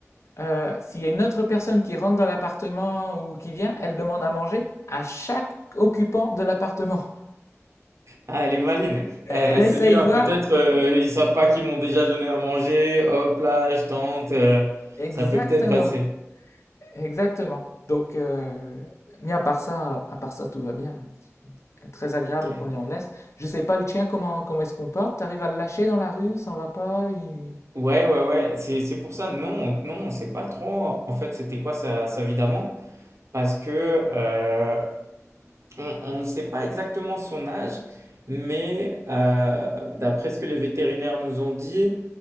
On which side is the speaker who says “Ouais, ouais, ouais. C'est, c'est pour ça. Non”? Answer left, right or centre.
Right